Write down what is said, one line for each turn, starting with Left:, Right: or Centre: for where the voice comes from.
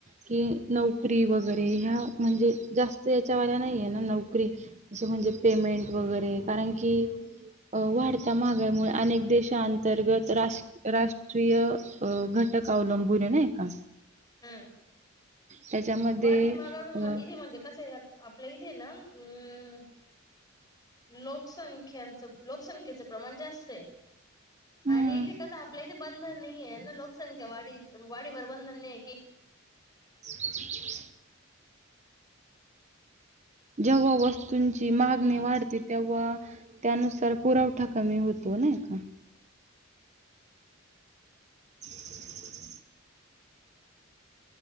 Right: कि नोकरी वगैरे ह्या म्हणजे जास्त यांच्या वाल्या नाहीये ना नोकरी- असं म्हणजे पेमेंट वगैरे कारण की, अ वाढत्या महागाईमुळे अनेक देशांअंतर्गत राष्ट, राष्ट- राष्ट्रीय घटक अवलंबून आहे नाही का.
Left: हम्
Right: त्याच्यामध्ये
Left: वाढते माघाई
Right: अ
Left: इथे म्हणजे कसं- आपल्या इथे ना अ लोकसंख्याचं, लोकसंख्येचं- प्रमाण जास्तय
Right: हम्म
Left: आणि ते कसं आपलं इथ बंद नाही आहे लक- संख्या वाडीस वाडीवर बरबंद नाही. की
Right: ब <inaudible> जेव्हा वस्तूंची मागणी वाढते तेव्हा, त्यानुसार पुरवठा कमी होतो नाही ‌ <inaudible>